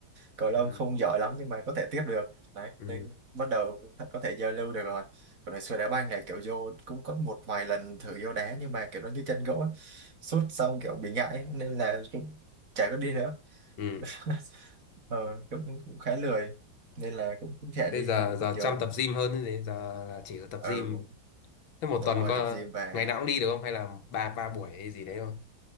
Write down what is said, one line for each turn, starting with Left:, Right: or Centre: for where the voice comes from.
Right: cầu lông
Left: Ừ.
Right: không giỏi lắm nhưng mà có thể tiếp được đấy
Left: Ừ.
Right: nên bắt đầu th- có thể giao lưu được rồi còn hồi xưa đá banh này kiểu vô cũng có một vài lần thử vô đá nhưng mà kiểu nó như chân gỗ ấy. sút xong kiểu bị ngại nên là cũng chả có đi nữa
Left: Ừ.
Right: <laughs> ờ, cũng, cũng khá lười nên là cũng cũng chả
Left: Thế
Right: đi
Left: giờ
Right: còn
Left: giờ
Right: giờ
Left: chăm tập gym hơn thế giờ là chỉ có tập
Right: ừ,
Left: gym. Thế một
Right: đúng
Left: tuần
Right: rồi
Left: có
Right: tập gym và
Left: ngày nào cũng đi được không hay là ba ba buổi hay gì đấy không?